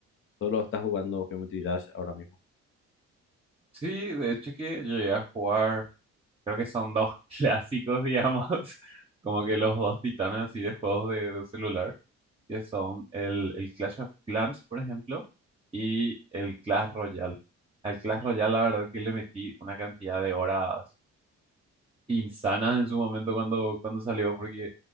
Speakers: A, on the left (about 40°); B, on the right (about 20°).
A: solo estás jugando Geometry Dash ahora mismo?
B: Sí, de hecho que llegué a jugar. Creo que son dos <laughs> clásicos, digamos, <laughs> como que los dos titanes así de juegos de, de celular, que son el, el Clash of Clans, por ejemplo, y el Clash Royale. Al Clash Royale, la verdad que le metí una cantidad de horas insanas en su momento cuando, cuando salió, porque